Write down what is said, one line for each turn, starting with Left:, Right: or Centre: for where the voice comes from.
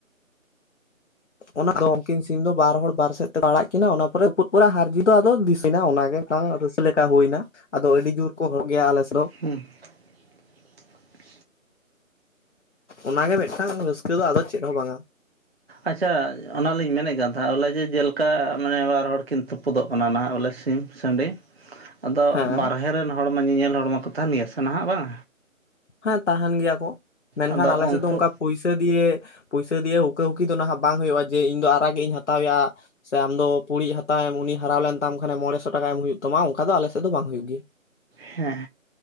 Left: ᱚᱱᱟ ᱫᱚ ᱩᱱᱠᱤᱱ ᱥᱤᱢ ᱫᱚ ᱵᱟᱨ ᱦᱚᱲ ᱵᱟᱨ ᱥᱮᱫ ᱛᱮᱠᱚ ᱟᱲᱟᱜ ᱠᱤᱱᱟ ᱚᱱᱟ ᱯᱚᱨᱮ ᱛᱩᱯᱩᱜ ᱯᱚᱨᱮ ᱦᱟᱨ ᱡᱤᱛ ᱫᱚ ᱟᱫᱚ <inaudible> ᱚᱱᱟᱜᱮ᱾ ᱴᱟᱝ <inaudible> ᱞᱮᱠᱟ ᱦᱩᱭᱱᱟ ᱟᱫᱚ ᱟᱹᱰᱤ ᱡᱳᱨ ᱠᱚ ᱦᱚᱲᱚᱜ ᱜᱮᱭᱟ ᱟᱞᱮ ᱥᱮᱫ ᱫᱚ᱾
Right: ᱦᱩᱸ <inaudible>
Left: ᱚᱱᱟᱜᱮ ᱢᱤᱫᱴᱟᱝ ᱨᱟᱹᱥᱠᱟᱹ ᱫᱚ ᱟᱫᱚ ᱪᱮᱫ ᱦᱚᱸ ᱵᱟᱝᱟ᱾
Right: ᱟᱪᱪᱷᱟ ᱚᱱᱟᱞᱤᱧ ᱢᱮᱱᱮᱫ ᱠᱟᱱ ᱛᱟᱦᱮᱫ ᱟᱞᱮ ᱡᱮ ᱡᱮᱞᱮᱠᱟ ᱢᱟᱱᱮ ᱵᱟᱨ ᱦᱚᱲ ᱠᱤᱱ ᱛᱩᱯ ᱯᱩᱫᱚᱜ ᱠᱟᱱᱟ ᱱᱟᱦᱟᱜ ᱵᱚᱞᱮ ᱥᱤᱢ ᱥᱟᱸᱰᱤ ᱟᱫᱚ
Left: ᱦᱮᱸ
Right: ᱵᱟᱨᱦᱮ ᱨᱮᱱ ᱦᱚᱲᱢᱟ ᱧᱮᱧᱮᱞ ᱦᱚᱲᱢᱟ ᱠᱚ ᱛᱟᱦᱮᱱ ᱜᱮᱭᱟ ᱥᱮ ᱱᱟᱦᱟᱜ ᱵᱟᱝ?
Left: ᱦᱮᱸ ᱛᱟᱦᱮᱱ ᱜᱮᱭᱟ ᱠᱚ ᱢᱮᱱᱠᱷᱟᱱ
Right: ᱟᱫᱚ
Left: ᱟᱞᱮ
Right: ᱩᱱᱠᱩ
Left: ᱥᱮᱫ ᱫᱚ ᱚᱱᱠᱟ ᱯᱩᱭᱥᱟᱹ ᱫᱤᱭᱮ ᱯᱩᱭᱥᱟ ᱫᱤᱭᱮ ᱦᱩᱠᱟᱹ ᱦᱩᱠᱤ ᱫᱚ ᱱᱟᱦᱟᱜ ᱵᱟᱝ ᱦᱩᱭᱩᱜᱼᱟ ᱡᱮ ᱤᱧ ᱫᱚ ᱟᱨᱟᱜ ᱜᱤᱜ ᱤᱧ ᱦᱟᱛᱟᱣᱮᱭᱟ, ᱥᱮ ᱟᱢ ᱫᱚ ᱯᱩᱲᱤᱡ ᱦᱟᱛᱟᱣ ᱮᱢ ᱩᱱᱤ ᱦᱟᱨᱟᱣ ᱞᱮᱱ ᱛᱟᱢ ᱠᱷᱟᱱᱮ ᱢᱚᱬᱮ ᱥᱚ ᱴᱟᱠᱟ ᱮᱢ ᱦᱩᱭᱩᱜ ᱛᱟᱢᱟ ᱚᱱᱠᱟ ᱫᱚ ᱟᱞᱮ ᱥᱮᱫ ᱫᱚ ᱵᱟᱝ ᱦᱩᱭᱩᱜ ᱜᱮᱭᱟ᱾
Right: ᱦᱮᱸ᱾